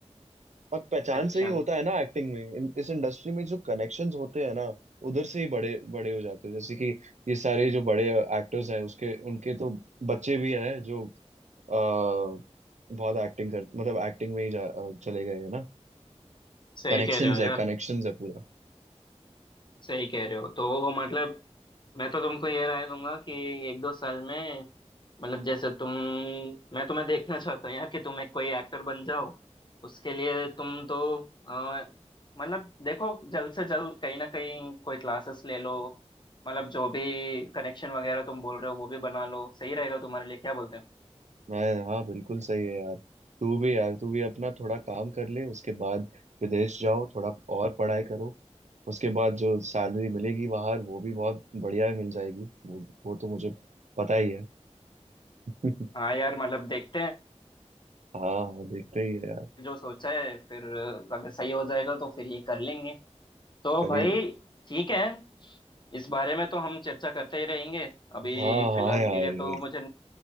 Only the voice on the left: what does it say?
अच्छा
सही
कह रहे हो यार
सही कह रहे हो तो वो मतलब मैं तो तुमको ये राय दूंगा कि एक दो साल में मतलब जैसे तुम मैं तुम्हें देखना चाहता हूँ यार कि तुम एक कोई एक्टर बन जाओ उसके लिए तुम तो अ, मतलब देखो जल्द से जल्द कहीं ना कहीं कोई क्लासेस ले लो मतलब जो भी कनेक्शन वगैरह तुम बोल रहे हो वो भी बना लो सही रहेगा तुम्हारे लिए क्या बोलते हो
हाँ यार मतलब देखते हैं
जो सोचा है फिर अगर सही हो जाएगा तो फिर ये कर लेंगे तो
भाई
ठीक है इस बारे में तो हम चर्चा करते ही रहेंगे अभी
फिलहाल
के लिए तो मुझे